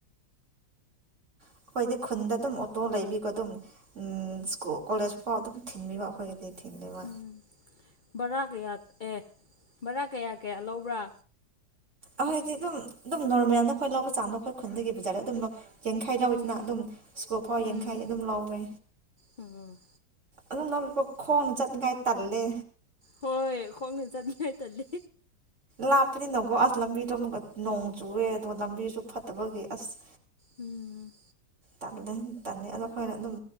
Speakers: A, on the right (about 40°); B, on the left (about 75°).
A: ꯑꯩꯈꯣꯏꯗꯤ ꯈꯨꯟꯗ ꯑꯗꯨꯝ ꯑꯣꯇꯣ ꯂꯩꯕꯤꯀꯣ ꯑꯗꯨꯝ ꯎꯝ ꯁꯀꯨꯜ ꯀꯣꯂꯦꯁ ꯄꯥꯎ ꯑꯗꯨꯝ ꯊꯤꯟꯕꯤꯕ ꯑꯩꯈꯣꯏꯒꯤꯗꯤ ꯊꯤꯟꯕꯤꯕ
B: ꯎꯝ ꯕꯥꯔꯥ ꯀꯌꯥ ꯑꯦ ꯕꯥꯔꯥ ꯀꯌꯥ ꯀꯌꯥ ꯂꯧꯕ꯭ꯔꯥ
A: ꯑꯩꯈꯣꯏꯗꯤ ꯑꯗꯨꯝ ꯑꯗꯨꯝ ꯅꯣꯔꯃꯦꯜꯅ ꯑꯩꯈꯣꯏ ꯂꯧꯕ ꯆꯥꯡꯗꯣ ꯑꯩꯈꯣꯏ ꯈꯨꯟꯗꯥꯒꯤ ꯕꯥꯖꯥꯔꯗ ꯑꯗꯨꯝ ꯌꯥꯡꯈꯩ ꯂꯧꯗꯅ
B: ꯎꯝ
A: ꯑꯗꯨꯝ ꯁ꯭ꯀꯨꯜ ꯐꯥꯎ
B: ꯎꯝ
A: ꯌꯥꯡꯈꯩ ꯑꯗꯨꯝ ꯂꯧꯋꯦ
B: ꯎꯝ
A: ꯑꯗꯨꯝ ꯂꯧꯋꯦ ꯈꯣꯟꯅ ꯆꯠꯅꯉꯥꯏ ꯇꯥꯜꯂꯦ
B: ꯍꯣꯏ ꯈꯣꯡꯅ ꯆꯠꯅꯉꯥꯏ ꯇꯥꯜꯂꯦ
A: ꯂꯥꯞꯄꯅꯤꯅꯀꯣ ꯑꯁ ꯂꯝꯕꯤꯗꯣ ꯑꯃꯨꯛꯀ ꯅꯣꯡ ꯆꯨꯑꯦ ꯑꯗꯨꯒꯗꯣ ꯂꯝꯕꯤꯁꯨ ꯐꯠꯇꯕꯒꯤ ꯑꯁ
B: ꯎꯝ
A: ꯇꯜꯂꯦ ꯇꯜꯂꯦ ꯑꯗꯣ ꯑꯩꯈꯣꯏꯅ ꯑꯗꯨꯝ